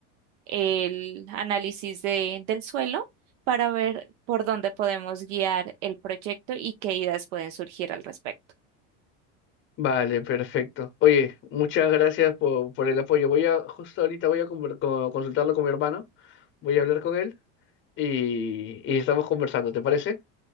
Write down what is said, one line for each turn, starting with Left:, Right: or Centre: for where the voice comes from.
Right: el análisis de- del suelo para ver por dónde podemos guiar el proyecto y qué ideas pueden surgir al respecto.
Left: Vale, perfecto. Oye, muchas gracias por, por el apoyo. Voy a, justo ahorita voy a conver- co- consultarlo con mi hermano, voy a hablar con él y, y estamos conversando, ¿te parece?